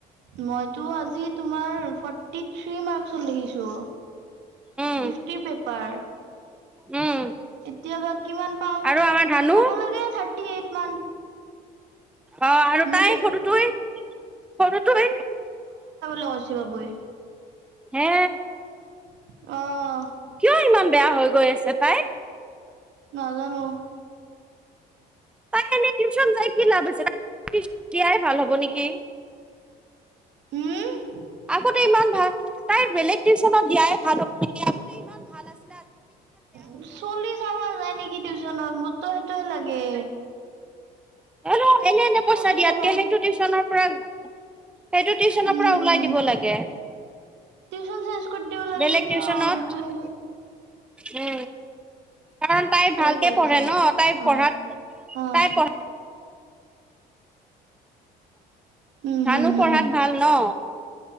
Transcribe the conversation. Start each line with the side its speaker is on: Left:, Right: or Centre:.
Right: মইতো আজি তোমাৰ ফৰ্টি থ্ৰী মাৰ্কচত লিখিছোঁ
Centre: উম,
Right: ফিফটি পেপাৰ
Centre: উম,
Right: এতিয়াবা কিমান পাওঁ
Centre: আৰু আমাৰ ধানু
Right: পাব লে থাৰ থাৰটি এইত মান
Centre: অ আৰু
Right: হম
Centre: তাই সৰু টোৱে সৰু টোৱে
Right: লৈছি পাব হে
Centre: হে
Right: অ
Centre: কিয় ইমান বেয়া হৈ গৈ আছে পাই
Right: নাজানো
Centre: তাই এনে টিউচন যাই কি লাভ হৈছে তাইক টিউচন নিদিয়াই ভাল হ'ব নেকি
Right: <inaudible>
Centre: আগতে ইমান ভাল তাই বেলেগ টিউশ্যচনত দিয়াই ভাল হ'ব নেকি আগতে ইমান ভাল আছিল
Right: উ ছোৱলী চাবা যায় নেকি টিউশ্যনত মুত- তো সেইটোয়ে লাগে
Centre: হেল্ল এনে এনে পইচা
Right: চলি
Centre: দিয়াতকে
Right: চাবা
Centre: সেইটো টিউশ্যনৰ পৰা সেইটো টিউশ্যনৰ
Right: উম
Centre: পৰা ওলাই দিব লাগে।
Right: টিউচন চেঞ্জ কৰি দিব লাগে
Centre: বেলেগ
Right: তেতিয়া
Centre: টিউশ্যনত
Right: অ সেইটোয়ে
Centre: উ কাৰণ তাই ভালকে
Right: কি কৈ
Centre: পঢ়ে
Right: আছ
Centre: ন তাই পঢ়াত
Right: অ অ
Centre: তাই পঢ় -
Right: উম
Centre: ভানু
Right: হম হম
Centre: পঢ়াত ভাল ন